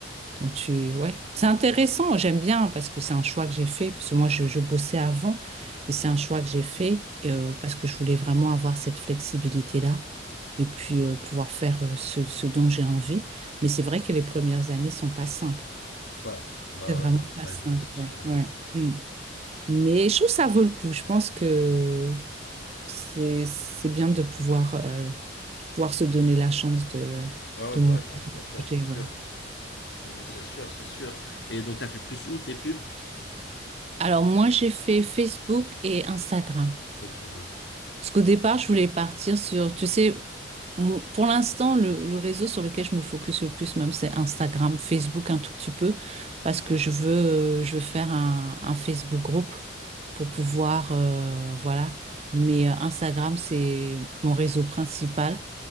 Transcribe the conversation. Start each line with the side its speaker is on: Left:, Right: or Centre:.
Right: Donc tu, ouais, c'est intéressant. J'aime bien parce que c'est un choix que j'ai fait parce que moi je, je bossais avant et c'est un choix que j'ai fait euh, parce que je voulais vraiment avoir cette flexibilité-là et puis euh, pouvoir faire euh, ce, ce dont j'ai envie. Mais c'est vrai que les premières années sont pas simples.
Left: Ouais, bah
Right: C'est vraiment
Left: ouais, non, j'imagine,
Right: pas simple.
Left: c'est sûr,
Right: Ouais, ouais.
Left: ouais.
Right: Mm. Mais je trouve que ça vaut le coup. Je pense que c'est c'est bien de pouvoir euh, de pouvoir se donner la chance de
Left: Ouais, ouais,
Right: de
Left: bah
Right: monter
Left: ouais, non, tout
Right: son
Left: à fait,
Right: projet.
Left: c'est sûr.
Right: Ouais.
Left: C'est sûr, c'est sûr. Et donc, t'as fait plus où tes pubs?
Right: Alors moi, j'ai fait Facebook et Instagram.
Left: Ok, ouais.
Right: Parce qu'au départ, je voulais partir sur, tu sais, mon- pour l'instant, le, le réseau sur lequel je me focus le plus, même, c'est Instagram, Facebook un tout petit peu, parce que je veux, euh, je veux faire un, un Facebook groupe pour pouvoir, euh, voilà. Mais euh, Instagram, c'est mon réseau principal.